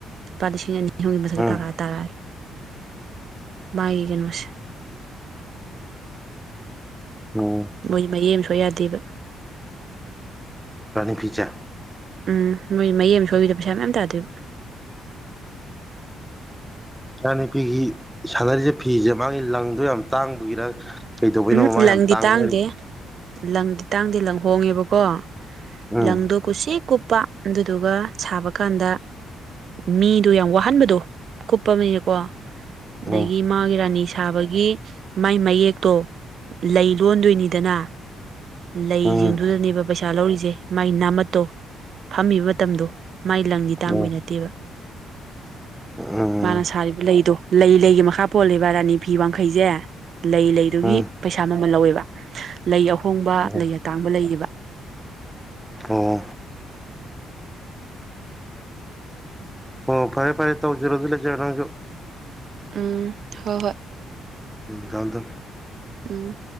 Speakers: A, on the right; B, in the centre.
A: ꯂꯨꯄꯥ ꯂꯤꯁꯤꯡ ꯑꯅꯤ <unintelligible>
B: ꯎꯝ
A: ꯇꯥꯔꯛꯑꯅꯤ ꯃꯥꯏ ꯀꯩꯅꯣꯁꯦ
B: ꯎꯝ
A: ꯃꯣꯏ ꯃꯌꯦ ꯁ ꯌꯥꯗꯦꯕ
B: ꯇꯨꯡꯐꯆꯥ
A: ꯎꯝ ꯅꯣꯏ ꯃꯌꯦꯛ ꯑꯃ ꯁꯣꯏꯕꯤꯗ ꯄꯩꯁꯥ ꯃꯌꯥꯝ ꯇꯥꯗꯦꯕ
B: ꯏꯅꯄꯤꯤꯒꯤ ꯁꯥꯟꯅꯔꯤꯁꯦ ꯐꯤꯁꯦ ꯃꯥꯒꯤ ꯂꯪꯗꯣ ꯌꯥꯝ ꯇꯥꯡꯕꯒꯤꯔ ꯀꯩꯗꯧꯕꯩꯅꯣ
A: ꯎꯝ
B: ꯃꯥ
A: ꯂꯪꯗꯤ
B: ꯌꯥꯝ ꯇꯥꯡꯅꯔꯤ
A: ꯇꯥꯡꯗꯦ ꯂꯪꯗꯤ ꯇꯥꯡꯗꯤ ꯂꯪ ꯍꯣꯡꯉꯦꯕꯀꯣ
B: ꯎꯝ
A: ꯂꯪꯗꯣ ꯀꯨꯁꯤꯛ ꯀꯨꯞꯄ ꯑꯗꯨꯗꯨꯒ ꯁꯥꯕ ꯀꯥꯟꯗ ꯃꯤꯗꯣ ꯌꯥꯝ ꯋꯥꯍꯟꯕꯗꯣ ꯀꯨꯞꯄ ꯑꯃꯀꯣ
B: ꯎꯝ
A: ꯑꯗꯒꯤ ꯃꯥꯒꯤ ꯔꯥꯅꯤ ꯁꯥꯕꯒꯤ ꯃꯥꯏ ꯃꯌꯦꯛꯇꯣ ꯂꯩ ꯂꯣꯟꯗꯣꯏꯅꯤꯗꯅ ꯂꯩꯁꯤꯡꯗꯨꯗꯅꯦꯕ
B: ꯎꯝ
A: ꯄꯩꯁꯥ ꯄꯩꯁꯥ ꯂꯧꯔꯤꯁꯦ ꯃꯥꯏ ꯅꯥꯝꯃꯠꯇꯣ ꯐꯝꯃꯤꯕ ꯃꯇꯝꯗꯣ ꯃꯥꯏ ꯂꯪꯗꯤ ꯇꯥꯡꯕꯩ
B: ꯎꯝ
A: ꯅꯠꯇꯦꯕ
B: ꯎꯝ
A: ꯃꯥꯅ ꯁꯥꯔꯤꯕ ꯂꯩꯗꯣ ꯂꯩ ꯂꯩꯒꯤ ꯃꯈꯥ ꯄꯣꯜꯂꯤꯕ ꯔꯥꯅꯤ ꯐꯤ ꯋꯥꯡꯈꯩꯁꯦ ꯂꯩ ꯂꯩꯗꯨꯒꯤ
B: ꯎꯝ
A: ꯄꯩꯁꯥ ꯃꯃꯜ ꯂꯧꯋꯦꯕ ꯂꯩ ꯑꯍꯣꯡꯕ
B: ꯎꯝ
A: ꯂꯩ ꯑꯇꯥꯡꯕ ꯂꯩꯌꯦꯕ
B: ꯑꯣ ꯑꯣ ꯐꯔꯦ ꯐꯔꯦ ꯇꯧꯖꯔ ꯑꯗꯨꯂ ꯆꯁꯨ
A: ꯎꯝ ꯍꯣꯏ ꯍꯣꯏ
B: ꯎꯝ ꯆꯗ
A: ꯎꯝ